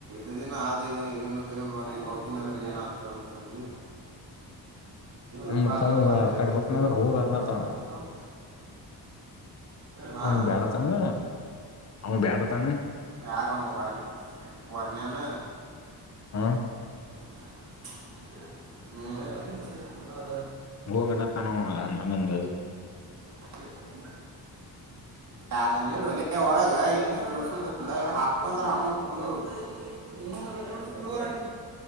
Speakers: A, on the right; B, on the left.
A: ಇದಿನ ಆದ ಇದ ಏನೇನು ಹೇಳ ಮಾತ ಹೊಕ್ಕಿನಂದ್ರೆ ಏನು ಆಗ್ತದ ಅಂತನ್ನಿ
B: ಹ್ಮ್
A: ಹುಗಾಲ
B: ಮತ್ತ ಅವ
A: ಮಾರಯ
B: ಆ ಕಡೆ
A: ಎದಕ್ಕೆ
B: ಹೋಗನ
A: ಇದ
B: ಅಂದ್ರ
A: ಮಾಡಕ್ಕೆ
B: ಹೋಗ
A: ಹುಗಾಲ
B: ಅನತಾನ
A: ಹೇಳ್ <unintelligible> ಹಾ
B: ಅವ
A: <inaudible>
B: ಬ್ಯಾಡತಾನ ಅವ ಬ್ಯಾಡತಾನ
A: ಯಾರು ಆವಾ ವರ ವರಣಾನ
B: ಹಾ
A: <unintelligible> ಹ್ಮ್
B: ಹೋಗೋ ಅಣತಾನ ಆನಂದ ಅದು
A: ಹ <unintelligible> ಅದ ನೀಡೋ ವಲ್ಲ ಒಳಗ ಇ ಕೆಳಸ ಇಲ್ಲ ಹಾಕೊಂದರ ಹಾಕೊಂಡು ಕುಂದರ <inaudible> <unintelligible>